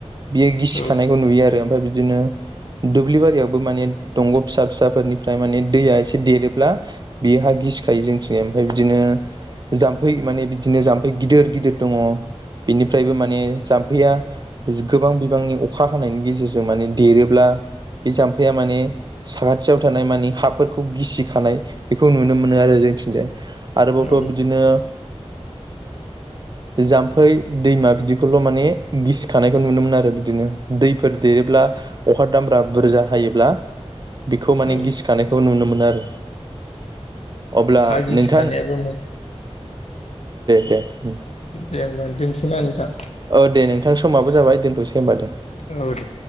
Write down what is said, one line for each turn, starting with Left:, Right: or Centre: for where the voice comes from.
Right: बियो गिसिखानायखौ
Left: औ
Right: नुयो आरो। ओमफ्राय बिदिनो दुब्लि बारियावबो माने दंग' फिसा फिसाफोरनिफ्राय माने दैया एसे देरोब्ला बेयो हा गिसिखायो जोंथिं ओमफ्राय बिदिनो जाम्फै माने बिदिनो जाम्फै गिदिर गिदिर दङ बेनिफ्रायबो माने जाम्फैया गोबां बिबांनि अखा हानायनि गेजेरजों माने देरोब्ला बे जाम्फैया माने साखाथियाव थानाय माने हा फोरखौ गिसिखानाय बेखौ नुनो मोनो आरो जोंथिजाय। आरोबावथ'
Left: औ
Right: बिदिनो जाम्फै दैमा बिदिखौल' माने गिसिखानायखौ नुनो मोनो आरो बिदिनो दैफोर देरोब्ला अखा दामब्रा बुरजा हायोब्ला बेखौ माने
Left: औ
Right: गिसिखानाय नुनो मोनो आरो। अब्ला
Left: हा गिसिखानायाबो
Right: नोंथां ए उम
Left: दे होमबा दिनसिना नोंथां
Right: औ दे नोंथांनि समाबो जाबाय दोनथ'सै होमबा दे
Left: औ दे